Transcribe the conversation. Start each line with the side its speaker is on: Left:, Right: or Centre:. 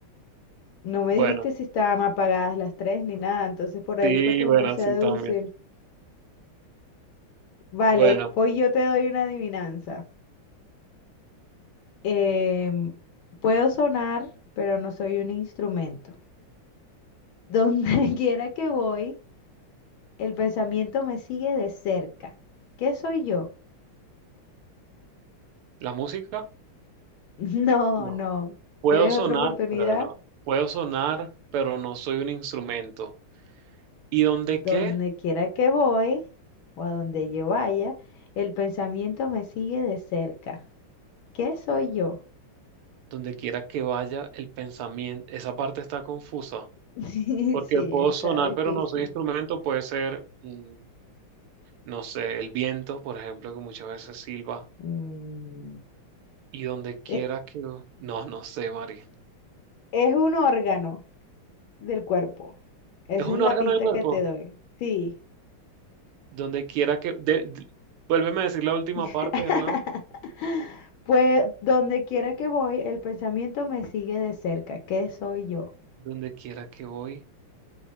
Left: No me
Right: Bueno,
Left: dijiste si estaban apagadas las tres ni nada, entonces por ahí
Right: sí,
Left: fue que empecé
Right: bueno, sí
Left: a deducir.
Right: también.
Left: Vale,
Right: Bueno,
Left: pues yo te doy una adivinanza. Em, puedo sonar, pero no soy un instrumento. Donde <laughs> quiera que voy, el pensamiento me sigue de cerca. ¿Qué soy yo?
Right: la música,
Left: <laughs> No,
Right: no.
Left: no.
Right: Puedo
Left: ¿Quieres
Right: sonar,
Left: otra oportunidad?
Right: pero no. Puedo sonar, pero no soy un instrumento. ¿Y dónde
Left: Donde
Right: qué?
Left: quiera que voy o a donde yo vaya, el pensamiento me sigue de cerca. ¿Qué soy yo?
Right: Donde quiera que vaya el pensamiento, esa parte está confusa.
Left: <laughs>
Right: Porque
Left: Sí,
Right: puedo
Left: está
Right: sonar,
Left: difícil.
Right: pero no soy instrumento, puede ser, mm, no sé, el viento, por ejemplo, que muchas veces silba.
Left: Mm,
Right: Y donde quiera
Left: e-
Right: que... No, no sé, Mari.
Left: es un órgano. del cuerpo. Esa
Right: ¿Es un
Left: es la
Right: órgano
Left: pista
Right: del cuerpo?
Left: que te doy. Sí.
Right: Donde quiera que... de- de- Vuélveme a decir la última
Left: <laughs>
Right: parte de nuevo.
Left: Pues donde quiera que voy, el pensamiento me sigue de cerca. ¿Qué soy yo?
Right: Donde quiera que voy,